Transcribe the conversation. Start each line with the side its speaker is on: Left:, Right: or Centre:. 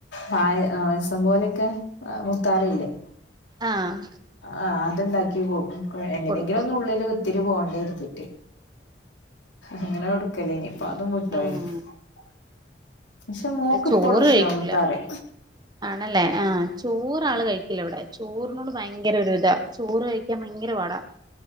Left: പായസം പോലൊക്കെ മുത്താറില്ലേ?
Right: ആഹ്
Left: ആ അത്ണ്ടാക്കി കോ <unintelligible> എങ്ങനെങ്കിലും
Right: കൊടുക്കും
Left: ഒന്ന് ഉള്ളില് ഒത്തിരി പോണ്ടേന്നെരുതും. അങ്ങനെ കൊടുക്കലേ ഇനി ഇപ്പ
Right: ഉം
Left: അതും വിട്ടോ
Right: ഉം
Left: <unintelligible> ക്ഷെ മോക്ക്
Right: ചോറ്
Left: ഇപ്പോളും ഇഷ്ടാ
Right: കഴിക്കൂല
Left: മുത്താറി.
Right: ആണല്ലേ ആ ചോറ് ആള് കഴിക്കൂല ഇവിടെ ചോറിനോട് ഭയങ്കര ഒരു ഇതാ ചോറ് കഴിക്കാൻ ഭയങ്കര പാടാ.